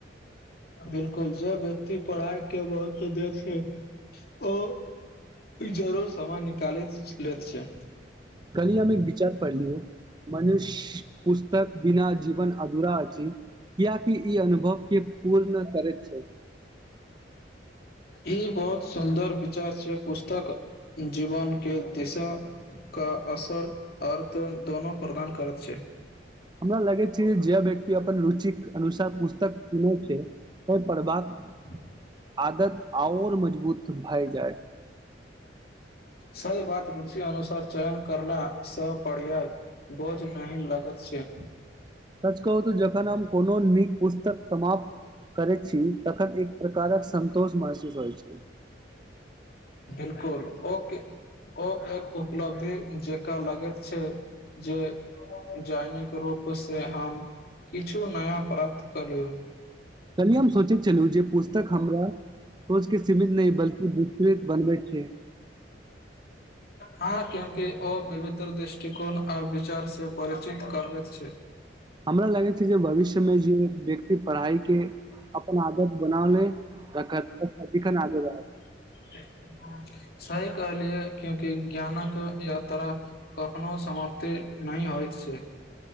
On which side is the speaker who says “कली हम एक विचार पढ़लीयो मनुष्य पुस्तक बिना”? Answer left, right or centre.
Right